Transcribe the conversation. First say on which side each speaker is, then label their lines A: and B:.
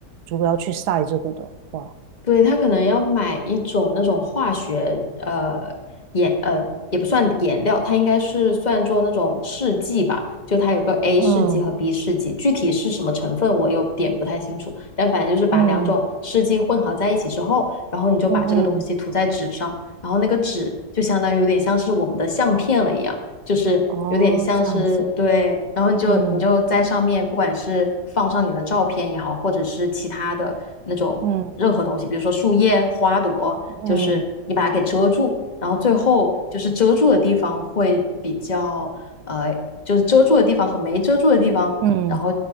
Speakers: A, on the right (about 70°); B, on the left (about 25°).
A: 如果要去晒这个的话，
B: 对，他可能要买一种那种化学呃颜呃也不算颜料，它应该是算作那种试剂吧，就它有个 A
A: 嗯
B: 试剂和 B 试剂，具体是什么成分我有点不太清楚，但反正就是把两种试剂混合在一起之后，
A: 嗯
B: 然后你就把这个东西涂在纸上，
A: 嗯嗯，
B: 然后那个纸就相当于有点像是我们的相片了一样，就是有点像是对，
A: 哦，这样子，
B: 然后你就你就在上面，
A: 嗯
B: 不管是放上你的照片也好，或者是其他的那种任何东西，
A: 嗯
B: 比如说树叶、花朵，
A: 嗯
B: 就是你把它给遮住，然后最后就是遮住的地方会比较呃，就是遮住的地方和没遮住的地方，
A: 嗯。
B: 然后